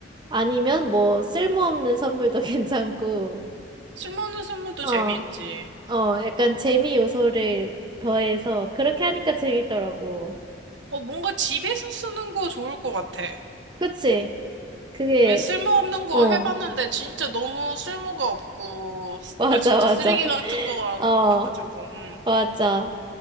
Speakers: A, on the right; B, on the right.
A: 아니면 뭐 쓸모없는 선물도 <laughs> 괜찮고
B: 쓸모없는 선물도
A: 어.
B: 재밌지.
A: 어 약간 재미 요소를 더해서 그렇게 하니까 재밌더라고.
B: 어, 뭔가 집에서 쓰는 거 좋을 것 같아.
A: 그치? 그게
B: 왜 쓸모없는 거
A: 어
B: 해봤는데 진짜 너무 쓸모가 없고
A: <laughs> 맞아
B: 나 진짜
A: 맞아
B: 쓰레기 같은 거
A: 어
B: 같아가지고 음.
A: 맞아.